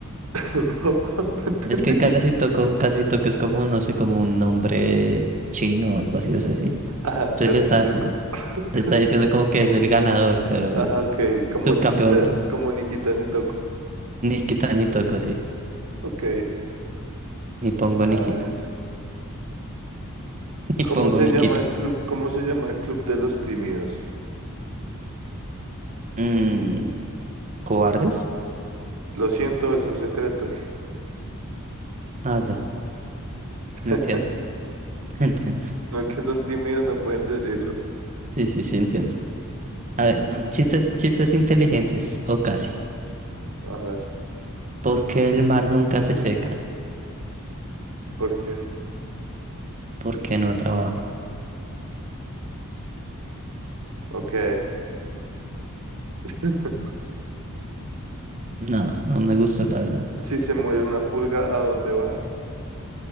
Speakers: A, on the right; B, on the right.
A: <laughs> No, no entendí.
B: Es que casi toco, casi toco es como, no sé, como un nombre chino o algo así, o sea, así.
A: Ah,
B: Entonces
A: casi
B: le está,
A: tocó. <laughs> Casi
B: le está diciendo
A: tocó.
B: como que es el ganador, pero
A: Ajá,
B: es
A: ok, como
B: subcampeón.
A: Nikita, como Nikita ni toco.
B: Nikita ni quita ni toco, sí.
A: Ok,
B: Ni pongo
A: a
B: ni
A: ver.
B: quita. Y
A: ¿Cómo
B: pongo
A: se
B: Nikito.
A: llama el club? ¿Cómo se llama el club de los tímidos?
B: Mm, ¿cobardes?
A: Lo siento, es un secreto.
B: Ah, ya,
A: <laughs>
B: entiendo, <laughs> entiendo.
A: No es que son tímidos, no pueden decirlo.
B: Sí, sí, sí, entiendo. A ver, chistes, chistes inteligentes, o casi.
A: A ver,
B: ¿Por qué el mar nunca se seca?
A: ¿por qué?
B: ¿Por qué no trabaja?
A: Ok. <laughs>
B: No, no me gustó, la verdad.
A: Si se muere una pulga, ¿a dónde va?